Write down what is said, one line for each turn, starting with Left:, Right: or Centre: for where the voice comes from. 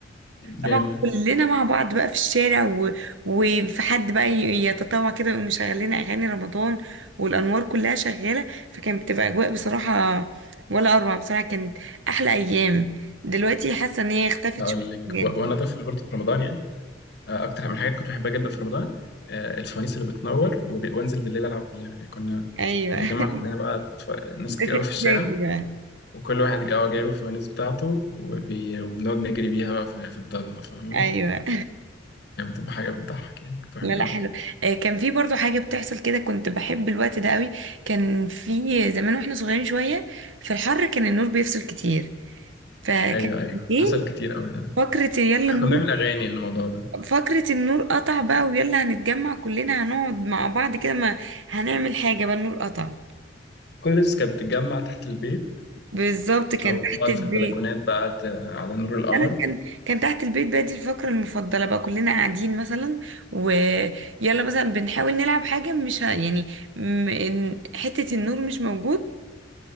Right: طبعا
Left: جامد
Right: كلنا مع بعض بقى في الشارع و... وفي حد بقى ي- يتطوع كده ويقوم مشغل لنا اغاني رمضان والانوار كلها شغاله فكانت بتبقى اجواء بصراحه ولا اروع بصراحه كانت احلى ايام دلوقتي حاسه ان هي اختفت
Left: هقول
Right: شويه
Left: لك
Right: الحاجات
Left: و...
Right: دي
Left: وانا طفل برضه في رمضان يعني آه، اكتر من الحاجات كنت بحبها جدا في رمضان آه، الفوانيس اللي بتنور وب... وانزل بالليل العب بيها يعني كنا
Right: ايوه
Left: بنتجمع
Right: <laughs>
Left: كلنا بقى أطفال- ناس
Right: ازيك
Left: كتير قوي في الشارع
Right: بقى
Left: وكل واحد جا- جايب الفوانيس بتاعته وبي... وبنقعد نجري بيها بقى في, في الضلمة فاهمة
Right: ايوه
Left: كانت بتبقى حاجة بتضحك يعني كنت بحبها
Right: لا لا حلو آه، كان في برضو حاجه بتحصل كده كنت بحب الوقت ده قوي كان في زمان واحنا صغيرين شويه في الحر كان النور بيفصل كتير فكان
Left: أيوه أيوه
Right: بالليل
Left: حصل كتير أوي ده
Right: فقرة يلا النور
Left: كنا بنعمل أغاني للموضوع ده
Right: فكرة النور قطع بقى ويلا هنتجمع كلنا هنقعد مع بعض كده ما هنعمل حاجة بقى النور قطع
Left: كل الناس كانت بتتجمع تحت البيت
Right: بالظبط كان
Left: أو
Right: تحت
Left: تقعد
Right: البيت
Left: في البلكونات بقى ت... على نور القمر
Right: انا كان كان تحت البيت بقى دي الفقرة المفضلة بقى كلنا قاعدين مثلا ويلا مثلا بنحاول نلعب حاجة مش ه... يعني م... إن حتة النور مش موجود